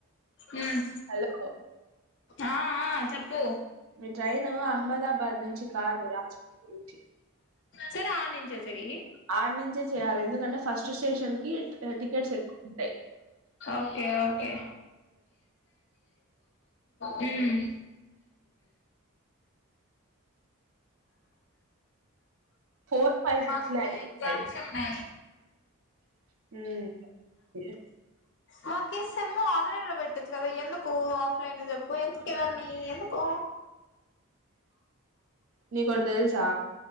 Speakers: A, on the left; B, on the right.
A: ఉమ్
B: హలో
A: ఆ ఆ చెప్పు
B: మీ ట్రైన్ అహ్మదాబాద్ నుంచి కాదు రాజమండ్రి నుంచి
A: సరే ఆ నించ పెయ్యి
B: ఆడ నుంచే చేయాలి ఎందుకంటే ఫస్ట్ స్టేషన్ కి టికెట్స్ ఎక్కువ ఉంటాయి
A: ఓకే ఓకే హ్మ్
B: ఫోర్ ఫైవ్
A: మాకు
B: సిక్స్ లో అయిపోతాయి
A: ఎగ్జామ్స్ ఉన్నయి
B: మ్మ్
A: మాకి సేమ్ము ఆన్లైన్ లో పెట్టొచ్చు కదా ఎందుకు ఆఫ్లైన్ లో చెప్పు ఎందుకు ఇవన్నీ ఎందుకు
B: నీకొటి తెల్సా